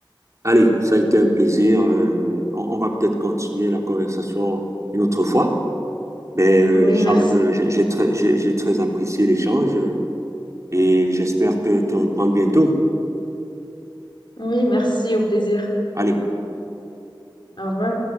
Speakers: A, on the right (about 35°); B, on the left (about 65°).
A: Allez, ça a été un plaisir. Euh, on, on va peut-être continuer la conversation une autre fois. Mais euh,
B: Oui,
A: l'échange,
B: merci.
A: euh, j'ai j'ai très, j'ai j'ai très apprécié l'échange euh, et j'espère te, te reprendre bientôt.
B: Oui, merci, au plaisir.
A: Allez.
B: Au revoir.